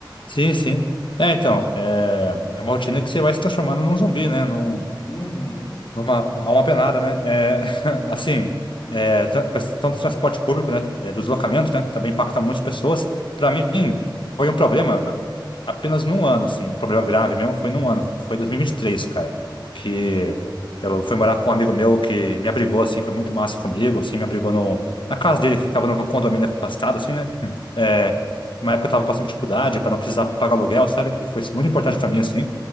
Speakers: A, on the left; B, on the left.
A: sim, sim. É, então, é, é uma rotina que você vai se transformando num zumbi, né? Num,
B: Uhum,
A: Uma, há uma penada, né? É, <laughs> assim, é, tra- questão do transporte público, né? É, do deslocamento, né? Também impacta muitas pessoas. Para
B: uhum,
A: mim, foi um problema apenas num ano, assim. Um problema grave mesmo foi num ano. Foi dois mil e e vinte e três cara. Que eu fui morar com um amigo meu que me abrigou, assim. Foi muito massa comigo, assim. Me abrigou no, na casa dele, que ficava num condomínio afastado, assim, né? Hum, É, uma época eu tava passando dificuldade para não precisar pagar aluguel, sabe? E foi muito
B: uhum,
A: importante para mim, assim.